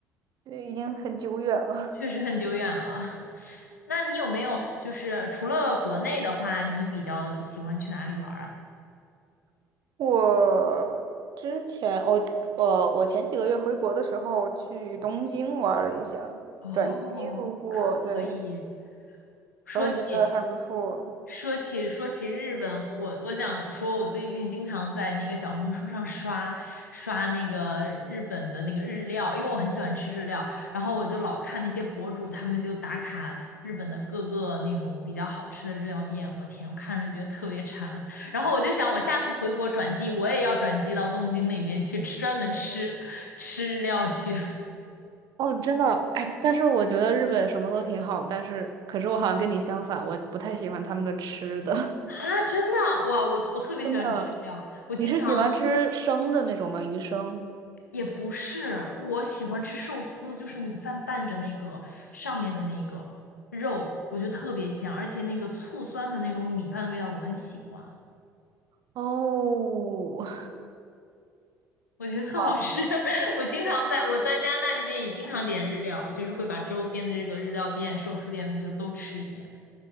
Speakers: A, on the right; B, on the left.
A: 对，已经很久远了。
B: 确实很久远了。<laughs> 那你有没有就是除了国内的话，你比较喜欢去哪里玩儿啊？
A: <laughs> 我之前我我我前几个月回国的时候去东京玩了一下，
B: 哦，
A: 转机路过，
B: 可以。
A: 对，
B: 说起
A: 然后觉得还不错。
B: 说起说起日本，我我想说，我最近经常在那个小红书上刷刷那个日本的那个日料，因为我很喜欢吃日料，然后我就老看那些博主，他们就打卡日本的各个那种比较好吃的日料店，我天，我看着觉得特别馋，然后我就想，我下次回国转机，我也要转机到东京那边去吃，专门吃吃日料去 <laughs>
A: 哦，真的，哎，但是我觉得日本什么都挺好，但是可是我好像跟你相反，我不太喜欢他们的吃的，
B: 啊！真的，哇，我我特别喜欢吃日料，
A: <laughs> 真的。
B: 我经常。
A: 你是喜欢吃生的那种吗？鱼生？
B: 也不是，我喜欢吃寿司，就是米饭拌着那个上面的那个肉，我觉得特别香，而且那个醋酸的那种米饭的味道我很喜欢，
A: 哦，
B: 我觉得特好吃。
A: <laughs>
B: <laughs> 我经常在我在加拿大这边也经常点日料，就是会把周边的这个日料店、寿司店就都吃一遍。